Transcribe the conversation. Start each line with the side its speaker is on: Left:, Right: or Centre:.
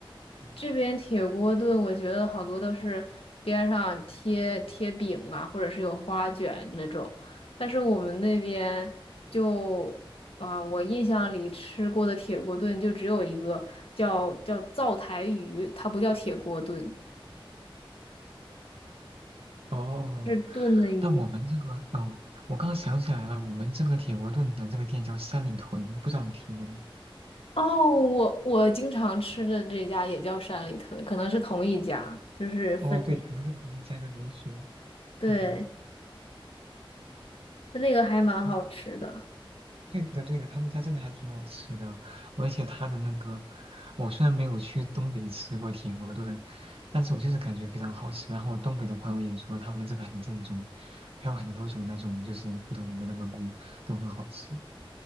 Right: <laughs>
Left: 这边铁锅炖，我觉得好多都是边上贴贴饼啊，或者是有花卷那种。但是我们那边就啊、我印象里吃过的铁锅炖就只有一个叫叫灶台鱼，它不叫铁锅炖，
Right: 哦，
Left: 是炖的鱼。
Right: 但我们这个，哦，我刚刚想起来了，我们这个铁锅炖的这个店叫三里屯，不知道你听过没？
Left: 哦，我我经常吃的这家也叫山里屯，可能是同一家，就是分，
Right: 哦，对，可能是同一家的连锁。
Left: 对，
Right: 嗯，
Left: 那个还蛮好吃的。
Right: 哎，对的，对的，他们家真的还挺好吃的，而且他的那个，我虽然没有去东北吃过铁锅炖，但是我就是感觉非常好吃。然后我东北的朋友也说他们这个很正宗，它有很多种那种就是不同的那个锅都很好吃。